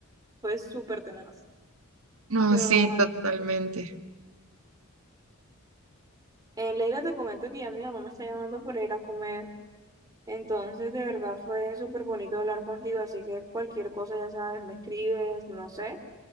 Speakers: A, on the right; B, on the right.
A: fue súper tenaz,
B: No,
A: pero
B: sí,
A: bueno.
B: totalmente.
A: Eh, Leila, te comento que ya mi mamá me está llamando para ir a comer. Entonces, de verdad fue súper bonito hablar contigo. Así que cualquier cosa, ya sabes, me escribes, no sé.